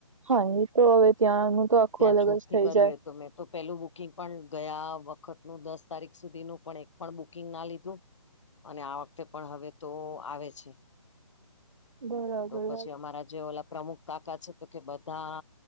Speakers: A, on the right; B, on the left.
A: હા ની તો હવે ત્યાંનું તો આખું
B: ત્યાં છૂટથી
A: અલગ જ થઈ
B: કરવી
A: જાય.
B: હોય તો મેં તો પેલું બુકિંગ પણ ગયા વખતનું દસ તારીખ સુધીનું પણ એક પણ બુકિંગ ના લીધું અને આ વખતે પણ હવે તો આવે છે.
A: બરાબર
B: તો પછી અમારા જે ઓલા પ્રમુખ કાકા છે તો કે બધા